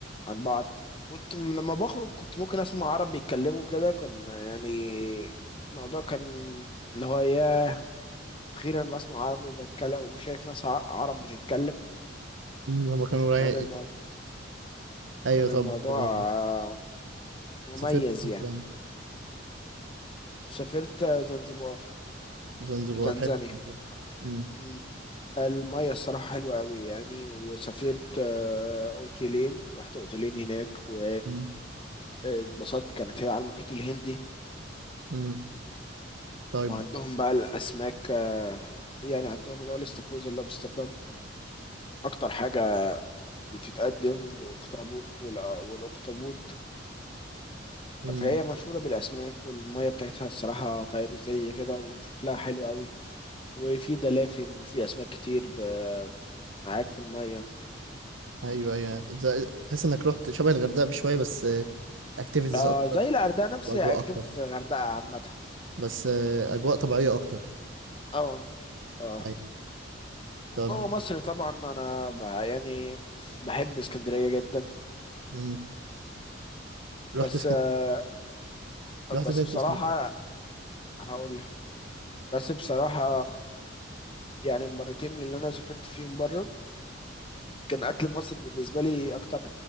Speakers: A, on the left; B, on the right.
A: عن بعض كنت م- لما بخرج كنت ممكن اسمع عرب بيتكلموا كده كان يعني الموضوع كان اللي هو ياه اخيرا بسمع عربي بتكلم ومش شايف ناس ع- عرب بتتكلم
B: امم هما كانوا رايق
A: كان الموضوع
B: ايوه
A: كان
B: طب
A: الموضوع
B: آه،
A: آه، مميز
B: سافرت فين
A: يعني
B: تاني
A: سافرت آه، زنزبار
B: زنزبار
A: في تنزانيا
B: حلو زنزبار امم
A: مم. المية الصراحة حلوة أوي يعني وسافرت آه، أوتيلين رحت أوتيلين هناك و
B: امم
A: اتبسطت كانت هي على المحيط الهندي
B: امم طيب
A: وعندهم بقى الأسماك آه، يعني عندهم اللي هو الاستاكوزا اللي هو بأمستردام أكتر حاجة بتتقدم والاخطبوط والأخطبوط
B: امم
A: فهي مشهورة بالأسماك والمية بتاعتها الصراحة فيروزية كده وشكلها حلو قوي وفي دلافين وفي أسماك كتير ب- معاك في المية
B: ايوه ايوه زي- تحس انك رحت شبه الغردقه بشويه بس اكتيفيتيز
A: آه
B: اكتر
A: زي الغردقة نفس
B: واجواء
A: اكتيفيتي
B: اكتر
A: زي الغردقة عامة
B: بس آه، اجواء طبيعيه اكتر
A: اه اه
B: ايوه
A: وجوه
B: طب
A: مصر طبعا أنا بقى يعني بحب اسكندرية جدا
B: امم رحت
A: بس
B: اسكندريه
A: آه، بس
B: رحت فين
A: بصراحة
B: في اسكندريه
A: هقول لك. بس بصراحة يعني المرتين اللي أنا سافرت فيهم بره كان أكل مصر بالنسبة لي أكتر